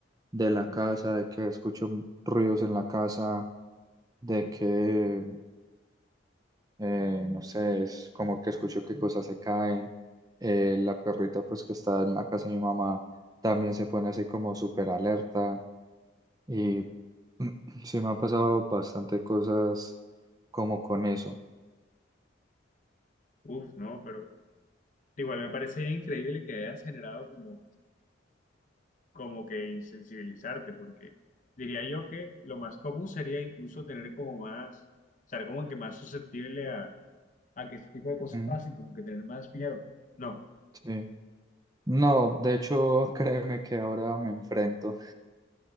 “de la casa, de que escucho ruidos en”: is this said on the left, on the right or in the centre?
Right